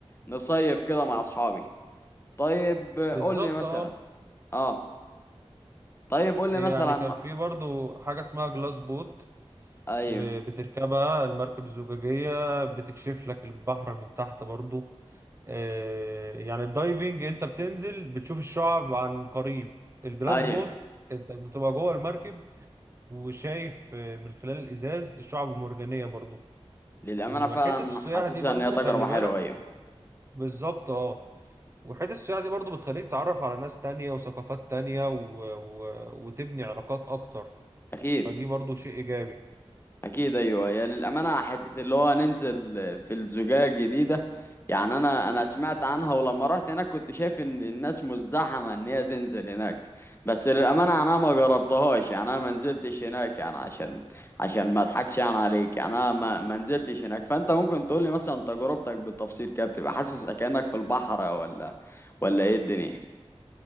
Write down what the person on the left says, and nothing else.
نصيف كده مع اصحابي طيب
قول لي مثلا
اه طيب قول
لي مثلا
ايوه
ايوه
للامانة
فعلا
حاسسها
ان هي تجربة
حلوة ايوه
اكيد
اكيد ايوه يا للامانه حته اللي هو ننزل في الزجاجه دي ده يعني انا انا سمعت عنها ولما رحت هناك كنت شايف ان الناس مزدحمه ان هي تنزل هناك بس للامانه انا ما جربتهاش يعني انا ما نزلتش هناك يعني عشان عشان ما اضحكش يعني عليك يعني انا ما ما نزلتش هناك فانت ممكن تقول لي مثلا تجربتك بالتفصيل كده بتبقى حاسس كانك في البحر ولا ولا ايه الدنيا